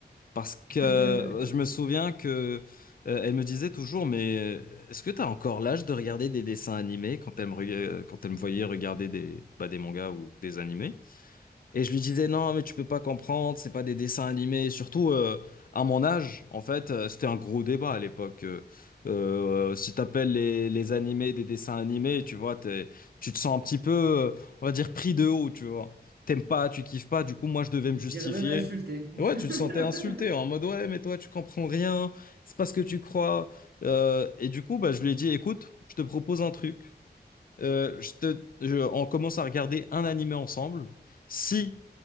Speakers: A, on the left (about 55°); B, on the right (about 70°).
A: Parce que euh,
B: <laughs>
A: je me souviens que euh, elle me disait toujours, mais euh, est-ce que tu as encore l'âge de regarder des dessins animés quand elle me, reg- euh, quand elle me voyait regarder des, bah, des mangas ou des animés? Et je lui disais, non, mais tu peux pas comprendre, c'est pas des dessins animés. Et surtout, euh, à mon âge, en fait, euh, c'était un gros débat à l'époque. Euh, euh, si t'appelles les, les animés des dessins animés, tu vois, t'es- tu te sens un petit peu, euh, on va dire, pris de haut, tu vois. T'aimes pas, tu kiffes pas, du coup, moi, je devais me
B: Je
A: justifier.
B: dirais même insulté.
A: Et ouais, tu te sentais
B: <laughs>
A: insulté, en mode, ouais, mais toi, tu comprends rien, c'est pas ce que tu crois. Euh, et du coup, bah, je lui ai dit, écoute, je te propose un truc euh, je te, je- on commence à regarder un animé ensemble. Si